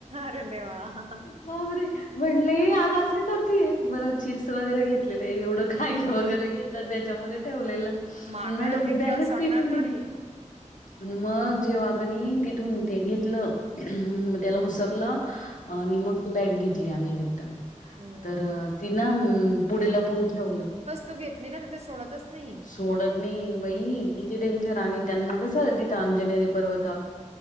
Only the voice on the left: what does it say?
बाबरे म्हंटलं ये आगास का करतेय मला चिप्स वगैरे घेत. घले एवढं खायलं वगैरे घेतलं त्याच्यामध्ये ठेवलेलं.
मॅडम
मी बॅगच
बीकून दिली.
आणि मग जेव्हा कणी तिथून ते घेतलं मग त्याला हुसकलं. आणि मग तू पॅक घेतली आम्ही रिटर्न.
तर ती ना पुढला पण ठेवलं मग.
सोडत नाही बाई किती डेंजर आणि त्यांना कसं तिथं अंजनेरी पर्वत.